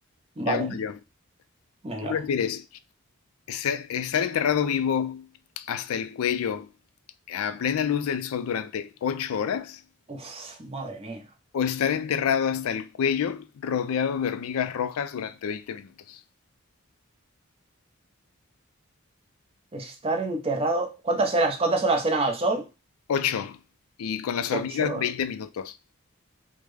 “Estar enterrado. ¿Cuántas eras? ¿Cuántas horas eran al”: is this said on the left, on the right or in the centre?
Right